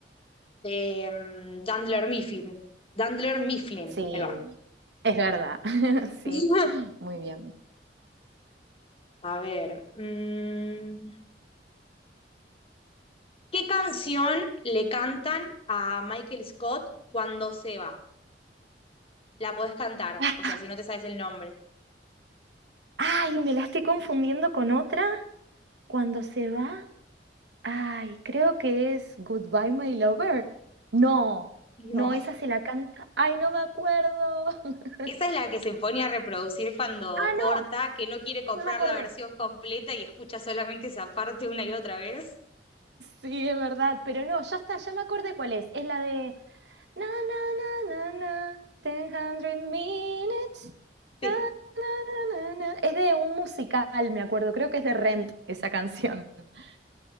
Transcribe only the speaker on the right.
Sí,
es verdad, <laughs> sí,
muy bien.
Ah,
Ay, me la estoy confundiendo con otra cuando se va. Ay, creo que es Goodbye, My Lover. No,
no, esa se la canta. Ay, no me acuerdo. <laughs>
Ah,
no,
no me acordé.
Sí, es verdad, pero no, ya está, ya me acordé cuál es. Es la de na na na na na, ten hundred minutes.
na, na, na. Es de un musical, me acuerdo. Creo que es de Rent esa canción. <laughs>